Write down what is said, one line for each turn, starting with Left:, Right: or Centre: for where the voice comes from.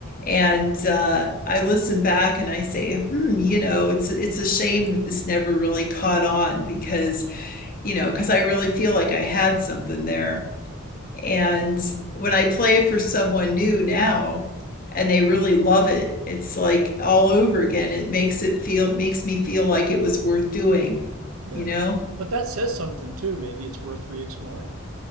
Left: And uh, I listen back and I say, hmm, you know, it's it's a shame that this never really caught on because, you know, because I really feel like I had something there. And when I play it for someone new now and they really love it, it's like all over again. It makes it feel, makes me feel like it was worth doing,
Right: yeah
Left: you know?
Right: but that says something too maybe it's worth re-exploring